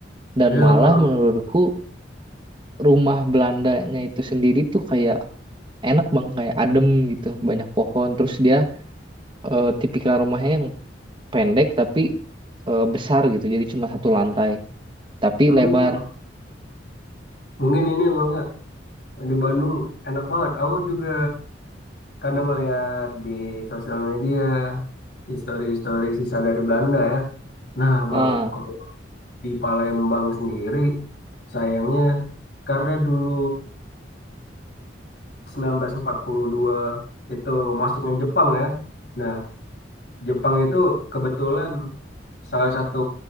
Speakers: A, on the right (about 25°); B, on the left (about 65°).
A: dan
B: Iya,
A: malah
B: Bang.
A: menurutku rumah Belandanya itu sendiri tuh kayak enak bang kayak adem gitu banyak pohon terus dia eh, tipikal rumahnya yang pendek tapi eh, besar gitu jadi cuma satu lantai tapi
B: Hmm,
A: lebar
B: mungkin ini Bang ya. di Bandung enak banget. Aku juga kadang ngeliat di sosial media histori-histori sisa dari Belanda ya. Nah, Bang,
A: ah
B: kalau di Palembang sendiri sayangnya karena dulu 1942 itu masuknya Jepang ya. Nah, Jepang itu kebetulan salah satu